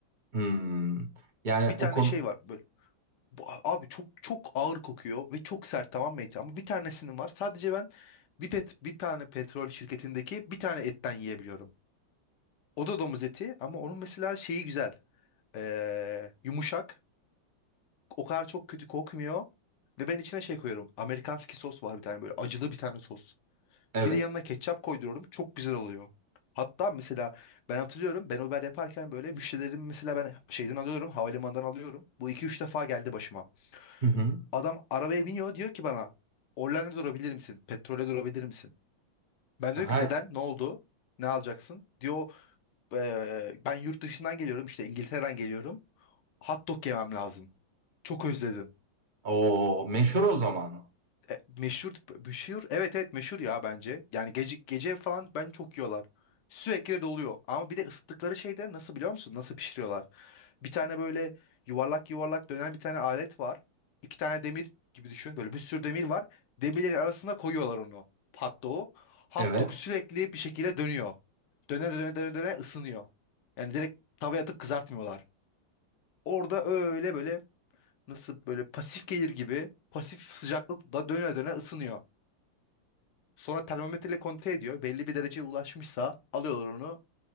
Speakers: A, on the right; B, on the left.
A: Hmm. Yani
B: Bir tane
A: o konu
B: şey var. Böyle Bu- Abi çok çok ağır kokuyor ve çok sert tamam mı eti? Ama bir tanesinin var. Sadece ben bir pet bir tane petrol şirketindeki bir tane etten yiyebiliyorum. O da domuz eti ama onun mesela şeyi güzel. Ee, yumuşak. O kadar çok kötü kokmuyor. Ve ben içine şey koyuyorum. Amerikanski sos var bir tane böyle acılı bir tane sos.
A: evet.
B: Bir de yanına ketçap koyduruyorum. Çok güzel oluyor. Hatta mesela ben hatırlıyorum ben Uber yaparken böyle müşterilerim mesela ben şeyden alıyorum havalimanından alıyorum. Bu iki üç defa geldi başıma.
A: Hı hı.
B: Adam arabaya biniyor diyor ki bana Orlen'e durabilir misin? Petrole durabilir misin? Ben diyor
A: Her
B: ki neden? Ne oldu? Ne alacaksın? Diyor "Eee, ben yurt dışından geliyorum işte İngiltere'den geliyorum. Hot dog yemem lazım. Çok özledim.
A: o meşhur o zaman.
B: E, meşhur meşhur evet evet meşhur ya bence. Yani gece gece falan ben çok yiyorlar. Sürekli de doluyor. Ama bir de ısıttıkları şeyde nasıl biliyor musun? Nasıl pişiriyorlar? Bir tane böyle yuvarlak yuvarlak dönen bir tane alet var. İki tane demir gibi düşün. Böyle bir sürü demir var. Demirlerin arasına koyuyorlar onu. Hot dog'u. Hot
A: Evet.
B: dog sürekli bir şekilde dönüyor. Döne döne döne döne ısınıyor. Yani direkt tavaya atıp kızartmıyorlar. Orada öyle böyle nasıl böyle pasif gelir gibi pasif sıcaklıkla döne döne ısınıyor. Sonra termometreyle kontrol ediyor. Belli bir dereceye ulaşmışsa alıyorlar onu.